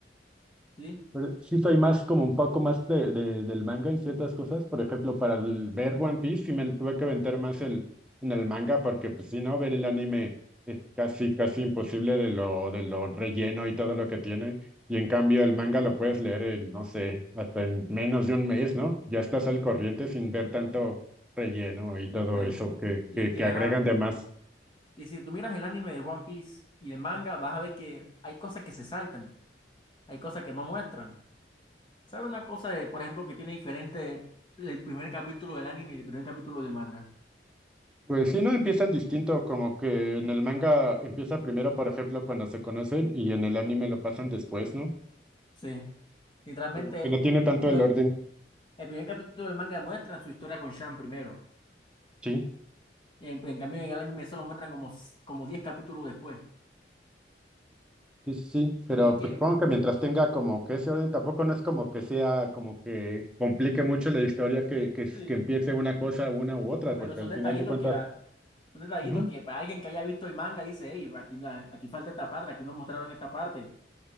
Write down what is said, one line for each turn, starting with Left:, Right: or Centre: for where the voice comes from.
Left: sí,
Centre: Pero sí soy más como un poco más de, de- del manga en ciertas cosas. Por ejemplo, para el- ver One Piece sí me tuve que aventar más el, en el manga porque pues si no, ver el anime es casi, casi imposible de lo, de lo relleno y todo lo que tiene. Y en cambio el manga lo puedes leer en, no sé, hasta en menos de un mes, ¿no? Ya estás al corriente sin ver tanto relleno y todo
Left: sí.
Centre: eso que,
Left: Y
Centre: que,
Left: es que,
Centre: que agregan
Left: ajá,
Centre: de más.
Left: y si tú miras el anime de One Piece y el manga, vas a ver que hay cosas que se saltan. Hay cosas que no muestran. ¿Sabe una cosa de, por ejemplo, que tiene diferente el primer capítulo del anime y el primer capítulo de manga?
Centre: Pues sí, no empiezan distinto, como que en el manga empieza primero, por ejemplo, cuando se conocen y en el anime lo pasan después, ¿no?
Left: Sí. Literalmente,
Centre: Como Que no tiene tanto
Left: lo,
Centre: el orden,
Left: el primer capítulo de manga muestra su historia con Shan primero.
Centre: sí,
Left: Y en, en cambio, en el anime solo muestran como, s- como 10 capítulos después.
Centre: sí, sí, sí, pero
Left: Y es
Centre: pues
Left: que,
Centre: supongo que mientras tenga como que ese orden, tampoco no es como que sea como que complique mucho la historia que, que, es-
Left: sí,
Centre: que empiece una cosa, una u otra,
Left: pero
Centre: porque
Left: son
Centre: al
Left: detallitos
Centre: final de cuentas,
Left: que, a- son detallitos
Centre: ujú,
Left: que para alguien que haya visto el manga dice, hey, aquí, no- aquí falta esta parte, aquí no mostraron esta parte.